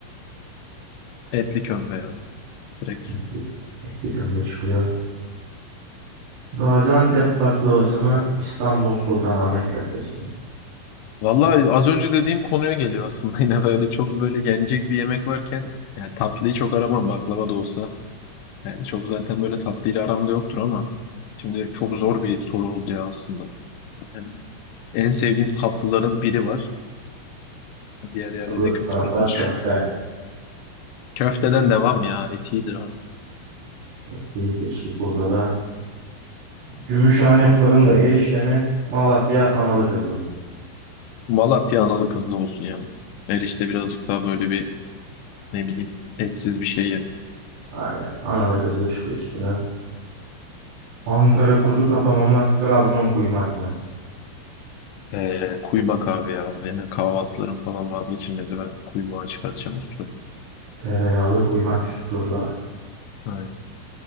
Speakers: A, on the left (about 75°); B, on the right (about 80°).
A: etli kömbe ya. Direkt.
B: Etli, etli kömbe çıkıyor. Gaziantep baklavası mı? İstanbul Sultanahmet köftesi mi?
A: Vallahi az önce dediğim konuya geliyor aslında. <laughs> Yine böyle çok böyle yenecek bir yemek varken yani tatlıyı çok aramam baklava da olsa. Yani çok zaten böyle tatlıyla aramda yoktur ama şimdi çok zor bir soru oldu ya aslında. Yani en sevdiğim tatlıların biri var. Diğer yerde
B: Öbür
A: de köfte
B: tarafta
A: var.
B: köfte.
A: Köfteden devam ya. Et iyidir abi.
B: Köfteyi seçtik burada da. Gümüşhane fırında erişte mi? Malatya analı kızlı mı?
A: Malatya analı kızlı olsun ya. Erişte birazcık daha böyle bir ne bileyim etsiz bir şey ye.
B: Aynen. Analı kızlı çıkıyor üstüne. Ankara kuzu kapama mı? Trabzon kuymak mı?
A: Ee, kuymak abi ya. Yani kahvaltıların falan vazgeçilmezi. Ben kuymağı çıkartacağım üstüne.
B: Tereyağlı kuymak üst turda.
A: Aynen.